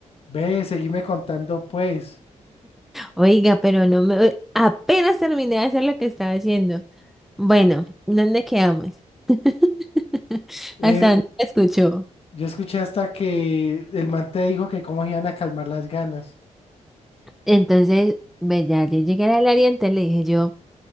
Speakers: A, on the left; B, in the centre.
A: Ve, seguime contando pues.
B: Oiga, pero no me... eh, Apenas terminé de hacer lo que estaba haciendo. Bueno, ¿dónde quedamos? <laughs>
A: Eh,
B: Hasta dónde me escuchó.
A: yo escuché hasta que el man te dijo que cómo iban a calmar las ganas.
B: Entonces, ve, ya yo llegué al área, entonces le dije yo,